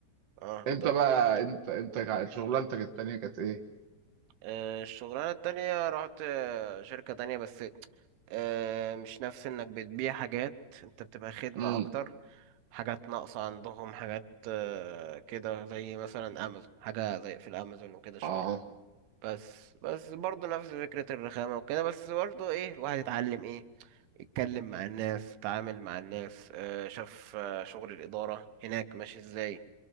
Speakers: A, on the right; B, on the right.
A: اه
B: انت
A: طب
B: بقى انت انت كا- شغلانتك التانية كانت ايه؟
A: آه، الشغلانة التانية رحت آه، شركة تانية بس آه، مش نفس انك بتبيع حاجات انت بتبقى خدمة
B: امم
A: اكتر حاجات ناقصة عندهم حاجات آه، كده زي مثلا امازون حاجة زي في الامازون وكده شوية
B: اه
A: بس بس برضه نفس فكرة الرخامة وكده بس برضه ايه الواحد يتعلم ايه يتكلم مع الناس يتعامل مع الناس آه، شاف آه، شغل الإدارة هناك ماشي ازاي